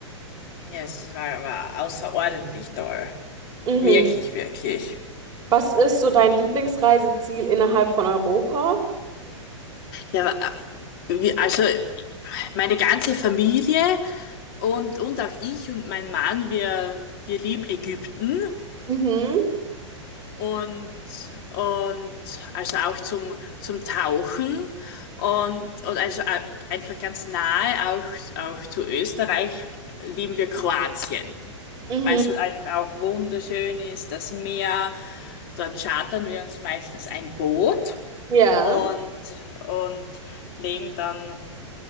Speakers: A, on the left (about 50°); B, on the right (about 25°).
A: Ja, es war, war außerordentlich toll.
B: Mhm.
A: Wirklich, wirklich.
B: Was ist so dein Lieblingsreiseziel innerhalb von Europa?
A: Ja, äh, wir- also meine ganze Familie und, und auch ich und mein Mann, wir, wir lieben Ägypten
B: Mhm,
A: und, und also auch zum, zum Tauchen und, und also äh, einfach ganz nahe auch, auch zu Österreich lieben wir Kroatien,
B: mhm,
A: weil es halt einfach auch wunderschön ist, das Meer. Dort chartern wir uns meistens ein Boot.
B: ja,
A: und, und legen dann,